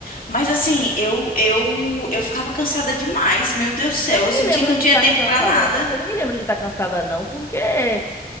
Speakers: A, on the left (about 60°); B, on the left (about 15°).
A: Mas assim, eu eu eu ficava cansada demais, meu Deus do céu,
B: Eu não
A: eu
B: me
A: sentia
B: lembro
A: que não
B: de
A: tinha
B: estar
A: tempo
B: cansada,
A: pra nada.
B: não. Eu não me lembro de estar cansada, não, porque é,